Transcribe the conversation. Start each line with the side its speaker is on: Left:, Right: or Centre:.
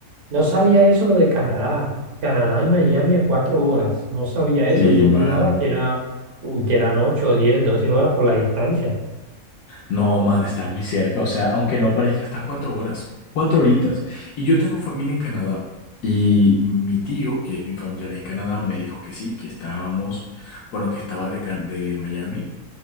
Right: No sabía eso lo de Canadá. Canadá y Miami a cuatro horas. No sabía eso.
Left: Sí,
Right: Yo
Left: man.
Right: juraba que era, uh, que eran ocho, diez, doce horas por la distancia.
Left: No, man, está muy cerca. O sea, aunque no parezca, está a cuatro horas, cuatro horitas. Y yo tengo familia en Canadá. Y mi tío, que es mi familiar en Canadá, me dijo que sí, que estábamos, bueno, que estaba de, Can- de Miami,